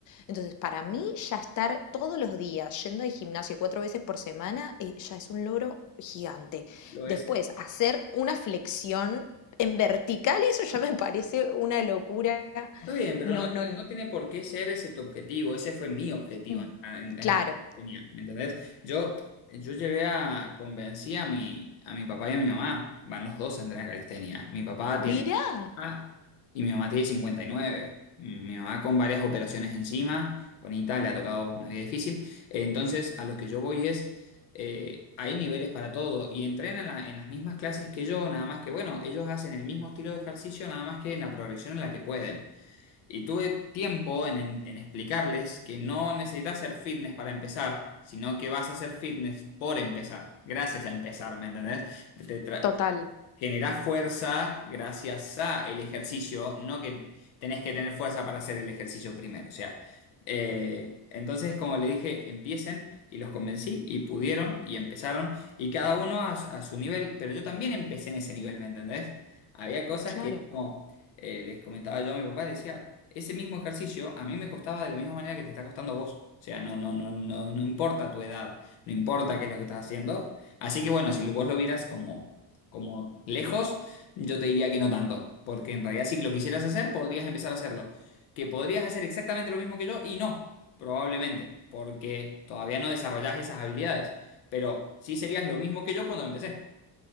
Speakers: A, on the left; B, on the left.
A: Entonces, para mí ya estar todos los días yendo al gimnasio cuatro veces por semana eh, ya es un logro gigante.
B: lo
A: Después,
B: es.
A: hacer una flexión en vertical, eso ya me parece una locura.
B: Está bien, pero
A: No,
B: no,
A: no, n-
B: no tiene por qué ser ese tu objetivo. Ese fue mi objetivo.
A: mm,
B: en- en-
A: claro.
B: en- tenía, ¿me entendés? Yo, yo llevé a, convencí a mi, a mi papá y a mi mamá. Van los dos a entrenar calistenia. Mi papá tiene
A: Mirá,
B: mamá y mi mamá tiene cincuenta y nueve Mi mamá con varias operaciones encima, bonita, le ha tocado una vida difícil. Entonces, a lo que yo voy es, eh, hay niveles para todo y entrenan en la- en las mismas clases que yo, nada más que, bueno, ellos hacen el mismo estilo de ejercicio, nada más que en la progresión en la que pueden. Y tuve tiempo en, en- en explicarles que no necesitas hacer fitness para empezar, sino que vas a hacer fitness por empezar, gracias a empezar, ¿me entendés? Te- te tra-
A: Total.
B: Generás fuerza gracias a el ejercicio, no que tenés que tener fuerza para hacer el ejercicio primero. O sea, eh, entonces, como le dije, empiecen y los convencí y pudieron y empezaron y cada uno a, su a su nivel, pero yo también empecé en ese nivel, ¿me entendés? Había cosas
A: Claro.
B: que, como eh, les comentaba yo a mi papá, le decía, ese mismo ejercicio a mí me costaba de la misma manera que te está costando a vos. O sea, no, no, no, no, no importa tu edad, no importa qué es lo que estás haciendo. Así que bueno, si vos lo vieras como como lejos, yo te diría que no tanto, porque en realidad si lo quisieras hacer, podrías empezar a hacerlo. Que podrías hacer exactamente lo mismo que yo y no, probablemente, porque todavía no desarrollás esas habilidades, pero sí serías lo mismo que yo cuando empecé.